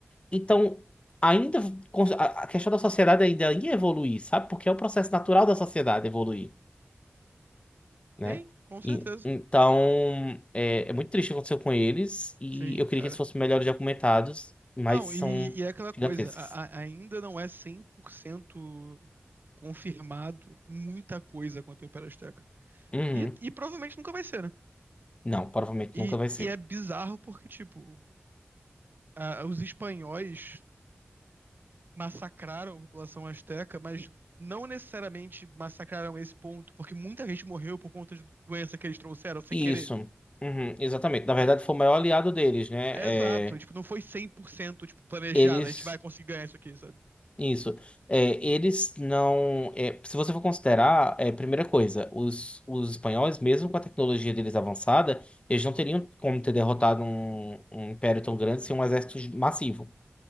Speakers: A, on the left (about 25°); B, on the right (about 50°).
A: Então, ainda cons- a a questão da sociedade ainda ia evoluir, sabe? Porque é o processo natural da sociedade evoluir, né?
B: Sim, com certeza.
A: E- então, é, é muito triste o que aconteceu com eles e
B: Sim,
A: eu queria
B: cara.
A: que eles fossem melhores documentados, mas
B: Não,
A: são
B: e, e é aquela coisa,
A: gigantescos.
B: a- a- ainda não é 100% confirmado muita coisa quanto ao Império Azteca.
A: Uhum.
B: E, e provavelmente nunca vai ser, né?
A: Não, provavelmente
B: E,
A: nunca vai ser.
B: e é bizarro porque, tipo, a- os espanhóis massacraram a população asteca, mas não necessariamente massacraram esse ponto, porque muita gente morreu por conta de doença que eles trouxeram sem
A: Isso.
B: querer,
A: Uhum, exatamente. Na verdade,
B: sabe?
A: foi o maior aliado deles, né?
B: É Exato,
A: É,
B: tipo, não foi 100% tipo, planejado,
A: eles
B: a gente vai conseguir ganhar isso aqui, sabe?
A: Isso. É, eles não. é, se você for considerar, é, primeira coisa, os, os espanhóis, mesmo com a tecnologia deles avançada, eles não teriam como ter derrotado um, um império tão grande sem um exército massivo.